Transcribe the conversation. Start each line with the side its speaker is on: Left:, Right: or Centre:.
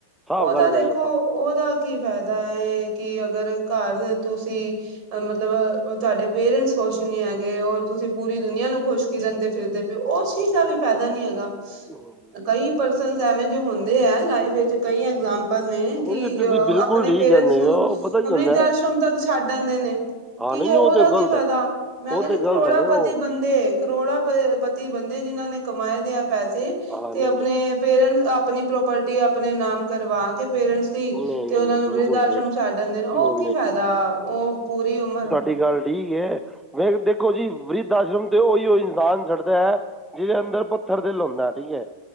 Centre: ਸਾਫ਼
Right: ਉਹਦਾ
Centre: ਗੱਲ। ਕਰੀਏ
Right: ਦੇਖੋ ਉਹਦਾ ਕੀ ਫਾਇਦਾ ਹੈ ਕੀ ਅਗਰ ਘਰ ਤੁਸੀਂ। ਮਤਲਬ ਤੁਹਾਡੇ ਪੇਰੈਂਟਸ ਕੁਛ ਨੀ ਹੈਗੇ, ਔਰ ਤੁਸੀਂ ਪੂਰੀ ਦੁਨੀਆਂ ਨੂੰ ਖੁਸ਼ ਕਿਰਨ ਦੇ ਫਿਰਦੇ ਪ ਉਸ ਚੀਜ਼ ਦਾ ਵੀ ਫਾਇਦਾ ਨੀ ਹੈਗਾ
Centre: ਆਪਾਂ
Right: ਕਈ ਪਰ ਸੀਨਜ਼ ਐਵੇ ਜੈ ਹੁੰਦੇ ਐ, ਲਾਈਫ ਵਿੱਚ ਕਈ ਐਗਜ਼ਾਮ ਪਲ ਨੇ
Centre: ਨਹੀਂ
Right: ਕਿ
Centre: ਤੁਸੀਂ ਬਿਲਕੁਲ
Right: ਆਪਣੇ
Centre: ਠੀਕ
Right: ਪੇਰੈਂਟਸ
Centre: ਕਹਿੰਦੇ
Right: ਨੂੰ
Centre: ਹੋ ਉਹ ਪਤਾ ਕੀ
Right: ਵਰਿਦ
Centre: ਹੁੰਦਾ
Right: ਆਸ਼ਰਮ
Centre: ਹੈ।
Right: ਤੱਕ ਛੱਡ ਦਿੰਦੇ ਨੇ।
Centre: ਹਾਂ
Right: ਠੀਕ
Centre: ਨਹੀਂ ਨਹੀਂ
Right: ਉਹਦਾ
Centre: ਉਹ ਤਾਂ
Right: ਕੀ
Centre: ਗਲਤ
Right: ਫਾਇਦਾ
Centre: ਹੈ
Right: ਮੈਂ
Centre: ਉਹ
Right: ਕਹਿੰਦੀ
Centre: ਤਾਂ ਗਲਤ
Right: ਕਰੋੜਾਂ
Centre: ਹੈਗੇ
Right: ਪਤੀ
Centre: ਉਹ
Right: ਬੰਦੇ ਕਰੋੜਾਂ ਪ ਪਤੀ ਬੰਦੇ ਜਿਨ੍ਹਾਂ ਨੇ ਕਮਾਏ ਦੇ ਆ ਪੈਸੇ,
Centre: ਹਾਂ
Right: ਤੇ
Centre: ਨਹੀਂ
Right: ਆਪਣੇ
Centre: ਨਹੀਂ
Right: ਪੇਰੈਂਟਸ ਆਪਣੀ ਪ੍ਰੋਪਰਟੀ ਆਪਣੇ ਨਾਮ ਕਰਵਾ ਕੇ, ਪੇਰੈਂਟਸ ਸੀ
Centre: ਨਹੀਂ
Right: ਤੇ
Centre: ਨਹੀਂ
Right: ਉਹਨਾ
Centre: ਨਹੀਂ
Right: ਨੂੰ
Centre: ਬਿਲਕੁਲ
Right: ਵਰਧ
Centre: ਸਹੀ
Right: ਆਸ਼ਰਮ ਛੱਡਣ ਦੇਣ ਉਹ
Centre: ਨਹੀਂ
Right: ਕੀ ਫਾਇਦਾ ਉਹ ਪੂਰੀ ਉਮਰ
Centre: ਦੀ ਗੱਲ ਠੀਕ ਹੈ। ਵੇਖ ਦੇਖੋ ਜੀ ਵਰਿਧ ਆਸ਼ਰਮ ਤੇ ਉਹੀ ਉਹ ਇਨਸਾਨ ਛੱਡਦਾ ਹੈ। ਜਿਹਦੇ ਅੰਦਰ ਪੁੱਥਰ ਦਿਲ ਹੁੰਦਾ ਠੀਕ ਐ,